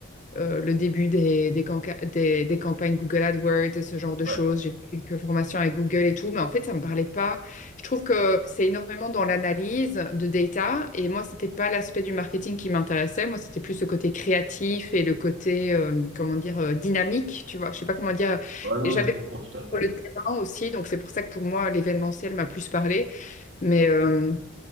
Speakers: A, on the left; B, on the right.
A: euh, le début des, des, canca- des- des campagnes Google AdWords et ce genre de
B: ouais.
A: choses. J'ai fait quelques formations avec Google et tout, mais en fait, ça me parlait pas. Je trouve que c'est énormément dans l'analyse de data et moi, c'était pas l'aspect du marketing qui m'intéressait. Moi, c'était plus le côté créatif et le côté, euh, comment dire, euh, dynamique, tu vois. Je sais pas comment dire.
B: Ouais, non,
A: Et j'avais
B: mais je comprends tout à fait.
A: sur le terrain aussi. Donc, c'est pour ça que pour moi, l'événementiel m'a plus parlé. Mais, euh,